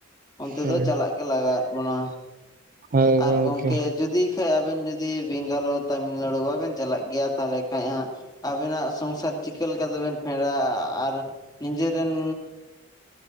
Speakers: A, on the left; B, on the right.
A: ᱚᱱᱛᱮ
B: ᱦᱩᱸ
A: ᱫᱚ ᱪᱟᱞᱟᱜ ᱜᱮ ᱞᱟᱜᱟᱣᱫ ᱵᱚᱱᱟ᱾
B: ᱦᱳᱭ
A: ᱟᱨ
B: ᱜᱚᱝᱠᱮ
A: ᱜᱚᱢᱠᱮ ᱡᱩᱫᱤ ᱮᱠᱷᱟᱡ ᱟᱵᱮᱱ ᱡᱩᱫᱤ ᱵᱮᱝᱜᱟᱞᱳᱨ ᱛᱟᱹᱟᱢᱤᱞᱱᱟᱹᱲᱩ ᱵᱟᱵᱮᱱ ᱪᱟᱞᱟᱜ ᱜᱮᱭᱟ ᱛᱟᱦᱚᱞᱮ ᱠᱷᱟᱱᱡ ᱦᱟᱸᱜ ᱟᱵᱮᱱᱟᱜ ᱥᱚᱝᱥᱟᱨ ᱪᱤᱠᱟᱹ ᱞᱮᱠᱟ ᱛᱮᱵᱮᱱ ᱯᱮᱲᱟᱜᱼᱟ ᱟᱨ ᱱᱤᱡᱮᱨᱮᱱᱻ